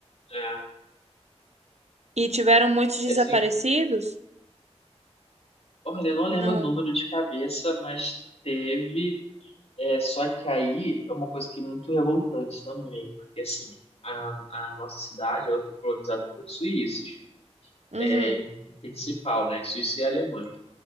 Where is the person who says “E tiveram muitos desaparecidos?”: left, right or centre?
Right